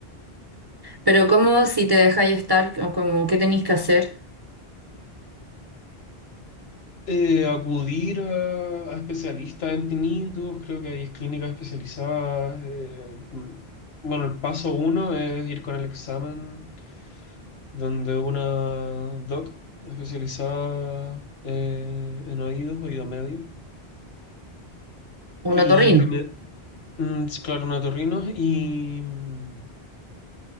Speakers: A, on the right (about 30°); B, on the left (about 70°).
A: Pero ¿cómo si te dejáis estar? ¿Cómo- cómo qué tenéis que hacer?
B: Eh, acudir a, a especialistas en tinnitus, creo que hay clínicas especializadas. eh, mm, bueno, el paso uno es ir con el examen donde una doc especializada eh, en oídos, oído medio, y
A: Un otorrino.
B: que me, mm, es claro, una otorrino, y, mm,